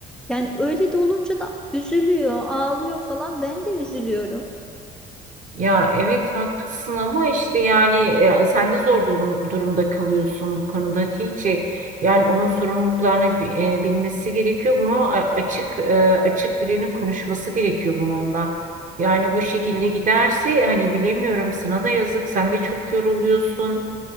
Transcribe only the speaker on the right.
Ya evet haklısın ama işte yani e, sen de zor durum- durumda kalıyorsun bu konuda Hatice. Yani onun sorumluluklarını bi- e, bilmesi gerekiyor. Bunu a- açık e, açık birinin konuşması gerekiyor bununla. Yani bu şekilde giderse hani bilemiyorum sana da yazık. Sen de çok yoruluyorsun.